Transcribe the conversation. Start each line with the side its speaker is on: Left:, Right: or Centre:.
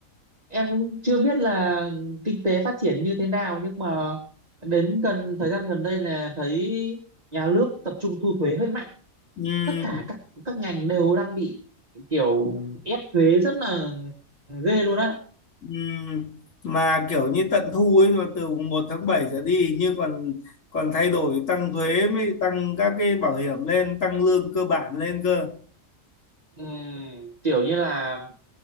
Right: em cũng chưa biết là kinh tế phát triển như thế nào nhưng mà đến gần thời gian gần đây là thấy nhà nước tập trung thu thuế hơi mạnh
Left: Ừ.
Right: tất cả các các ngành đều đang bị kiểu ép thuế rất là ghê luôn á
Left: Ừm, mà kiểu như tận thu ấy mà từ mùng 1 tháng 7 trở đi hình như còn còn thay đổi tăng thuế mới tăng các cái bảo hiểm lên tăng lương cơ bản lên cơ
Right: Ừm, kiểu như là